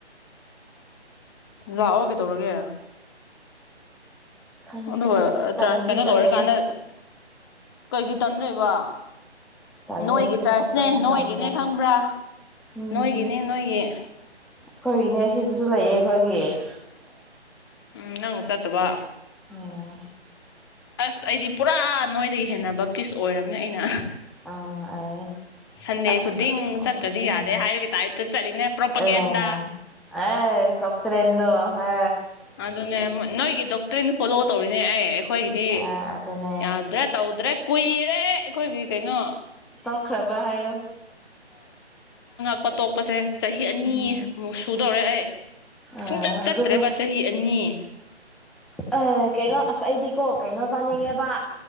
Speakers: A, on the left; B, in the centre.
A: ꯂꯥꯛꯑꯣ ꯀꯩꯗꯧꯔꯒꯦ
B: ꯈꯟꯁꯦ
A: ꯑꯗꯨꯒ
B: ꯑꯁ ꯇꯟꯗꯤ
A: ꯆꯥꯔꯖ ꯀꯩꯅꯣ
B: ꯇꯜꯂꯦꯗ
A: ꯂꯣꯏꯔꯀꯥꯟꯗ ꯀꯩꯒꯤ ꯇꯟꯗꯣꯏꯕ
B: ꯇꯜꯂꯦ
A: ꯅꯣꯏꯒꯤ
B: ꯆꯠꯊꯣꯛ
A: ꯆꯥꯔꯖꯅꯦ
B: ꯆꯠꯁꯤꯟ
A: ꯅꯣꯏꯒꯤꯅꯦ
B: ꯇꯧꯕꯗ
A: ꯈꯪꯕ꯭ꯔꯥ
B: ꯎꯝ
A: ꯅꯣꯏꯒꯤꯅꯦ
B: ꯑꯩꯈꯣꯏꯒꯤꯅꯦ
A: ꯅꯣꯏꯒꯤ
B: ꯁꯤꯗꯁꯨ ꯂꯩꯌꯦ ꯑꯩꯈꯣꯏꯒꯤ <inaudible>
A: ꯎꯝ ꯅꯪꯅ ꯆꯥꯠꯇꯕ
B: ꯎꯝ
A: ꯑꯁ ꯑꯩꯗꯤ ꯄꯨꯔꯥ ꯅꯣꯏꯗꯒꯤ ꯍꯦꯟꯅ ꯕꯞꯇꯤꯁ ꯑꯣꯏꯔꯕꯅꯤ ꯑꯩꯅ
B: ꯑꯥ ꯑꯩ
A: ꯁꯟꯗꯦ
B: ꯑꯁ
A: ꯈꯨꯗꯤꯡ
B: ꯎꯝ
A: ꯆꯠꯇ꯭ꯔꯗꯤ
B: ꯎꯝ
A: ꯌꯥꯗꯦ ꯍꯥꯏꯕꯒꯤ ꯇꯥꯏꯞꯇ ꯆꯠꯂꯤꯅꯦ ꯄ꯭ꯔꯣꯄꯒꯦꯟꯗ
B: ꯑꯥ ꯑꯦ ꯑꯦ ꯗꯣꯛꯇ꯭ꯔꯦꯟꯗꯣ ꯍꯥ
A: ꯑꯗꯨꯅꯦ ꯅꯣꯏꯒꯤ ꯗꯣꯛꯇ꯭ꯔꯤꯟ ꯐꯣꯂꯣ ꯇꯧꯔꯤꯅꯦ ꯑꯩ ꯑꯩꯈꯣꯏꯒꯤꯗꯤ
B: ꯑꯥ ꯑꯗꯨꯅꯦ
A: ꯌꯥꯗ꯭ꯔꯦ ꯇꯧꯗ꯭ꯔꯦ ꯀꯨꯏꯔ ꯑꯦꯔꯦ ꯑꯩꯈꯣꯏꯒꯤ ꯀꯩꯅꯣ
B: ꯇꯣꯛꯈ꯭ꯔꯕ ꯍꯥꯏꯌꯣ
A: <unintelligible> ꯄꯣꯇꯣꯛꯄꯁꯦ ꯆꯍꯤ ꯑꯅꯤꯃꯨꯛ
B: ꯎꯝ
A: ꯁꯨ ꯗꯧꯔꯦ ꯑꯩ
B: ꯑ
A: ꯁꯨꯡꯆꯠ ꯆꯠꯇ꯭ꯔꯦꯕ
B: ꯑꯗꯨꯗꯣ
A: ꯆꯍꯤ ꯑꯅꯤ
B: ꯑꯦ ꯀꯩꯅꯣ ꯑꯁ ꯑꯩꯗꯤꯀꯣ ꯀꯩꯅꯣ ꯆꯥꯅꯤꯡꯉꯦꯕ